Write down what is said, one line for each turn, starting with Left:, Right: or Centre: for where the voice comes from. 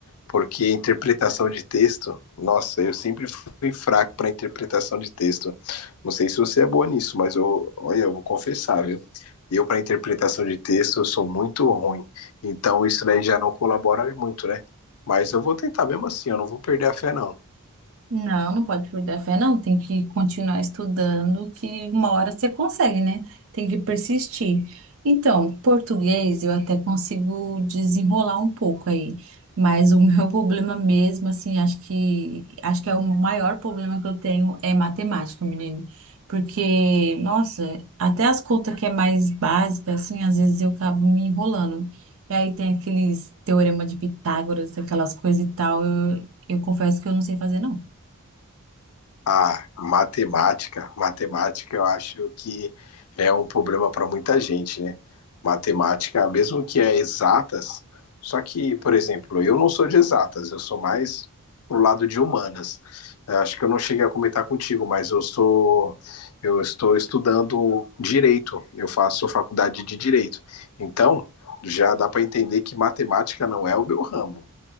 Left: porque interpretação de texto, nossa, eu sempre fui fraco para interpretação de texto. Não sei se você é boa nisso, mas eu, olha, eu vou confessar, viu? Eu para interpretação de texto eu sou muito ruim. Então isso daí já não colabora muito, né? Mas eu vou tentar mesmo assim, eu não vou perder a fé não.
Right: Não, não pode perder a fé, não. Tem que continuar estudando, que uma hora você consegue, né? Tem que persistir. Então, português eu até consigo desenrolar um pouco aí, mas o <laughs> meu problema mesmo, assim, acho que acho que é o maior problema que eu tenho é matemática, menino. Porque, nossa, até as contas que é mais básica, assim, às vezes eu acabo me enrolando. E aí tem aqueles teorema de Pitágoras, aquelas coisas e tal. Eu, eu confesso que eu não sei fazer, não.
Left: Ah, matemática, matemática eu acho que é um problema para muita gente, né? Matemática, mesmo que é exatas, só que, por exemplo, eu não sou de exatas, eu sou mais pro lado de humanas. Eu acho que eu não cheguei a comentar contigo, mas eu sou, eu estou estudando direito, eu faço faculdade de direito. Então, já dá para entender que matemática não é o meu ramo.